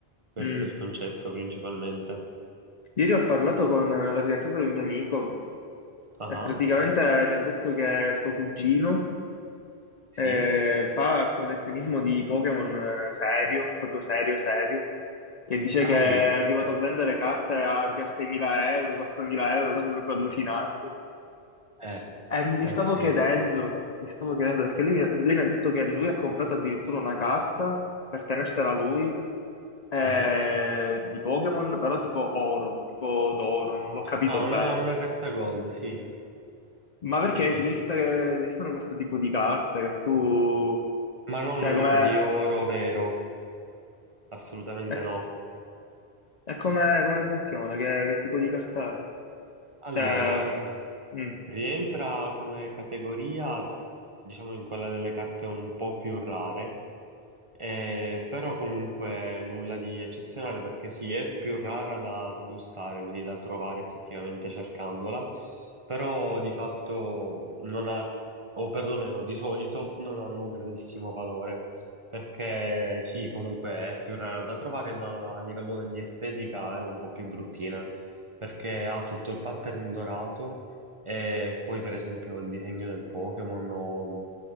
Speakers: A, on the right (about 35°); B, on the left (about 50°).
A: Questo
B: Mm.
A: è il concetto principalmente.
B: Ieri ho parlato con la fidanzata di un mio amico
A: Ah,
B: e praticamente mi ha detto che suo cugino
A: sì.
B: eh, fa collezionismo di Pokémon eh, serio, proprio serio, serio, che dice
A: Ai,
B: che è arrivato a vendere carte a, anche a 6.000 euro, 4.000 euro, cose proprio allucinanti.
A: eh,
B: Eh, mi
A: eh
B: stavo
A: sì,
B: chiedendo, mi stavo chiedendo perché lui, lei mi ha detto che lui ha comprato addirittura una carta per tenersela lui eh,
A: eh.
B: di Pokémon, però tipo oro, tipo d'oro, non l'ho capito
A: Ah, una,
B: bene.
A: una carta gold, sì,
B: Ma perché
A: sì, sì.
B: esiste, esistono questo tipo di carte che tu...
A: Ma non
B: Cioè, com'è,
A: di oro vero, assolutamente
B: e
A: no.
B: e come, come funziona? Che, che tipo di carta è?
A: Allora,
B: Cioè, mm,
A: Rientra come categoria, diciamo, in quella delle carte un po' più rare, eh, però comunque nulla di eccezionale perché sì, è più rara da sbustare, quindi da trovare effettivamente cercandola, però di fatto non ha, o perlomeno di solito, non hanno un grandissimo valore, perché sì, comunque è più rara da trovare, ma a livello di estetica è un po' più bruttina, perché ha tutto il pattern dorato e poi, per esempio, il disegno del Pokémon o